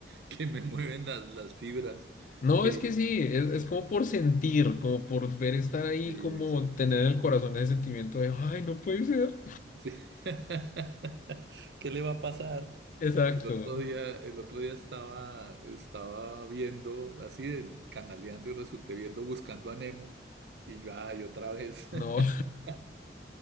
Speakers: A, on the right; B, on the left.
A: que me mueven las, las fibras.
B: No,
A: que
B: es que sí, es, es como por sentir, como por ver estar ahí,
A: Sí,
B: como
A: exacto.
B: tener en el corazón ese sentimiento de, ay, no puede ser.
A: Sí. <laughs> ¿Qué le va a pasar?
B: Exacto.
A: El otro día, el otro día estaba, estaba viendo, así de canaleando y resulté viendo Buscando a Nemo y yo, ay, otra vez.
B: No,
A: <laughs>